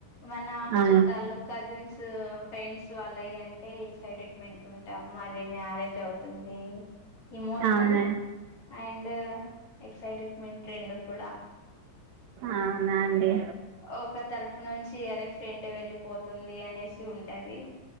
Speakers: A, on the left (about 40°); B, on the right (about 70°).
A: మన
B: అవునా
A: చుట్టాల్లో కజిన్స్ ఫ్రెండ్స్ వాళ్ళు అవి అంటే ఎక్సైటెట్మెంట్ ఉంటాం మరి మ్యారేజ్ అవుతుంది ఇమోషనల్
B: అవునా
A: అండ్ ఎక్సైటెట్మెంట్ రెండు కూడా
B: అవునా అండి
A: ఒక తరపు నుంచి ఎర ఫ్రెండ్ వెళ్ళిపోతుంది అనేసి ఉంటది